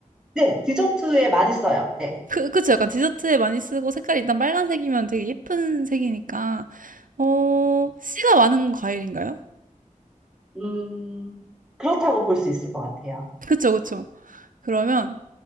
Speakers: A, in the centre; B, on the right (about 80°).
A: 네, 디저트에 많이 써요. 네.
B: 그, 그쵸. 약간 디저트에 많이 쓰고 색깔이 일단 빨간색이면 되게 예쁜 색이니까, 어, 씨가 많은 과일인가요?
A: 음, 그렇다고 볼 수 있을 것 같아요.
B: 그쵸, 그쵸. 그러면,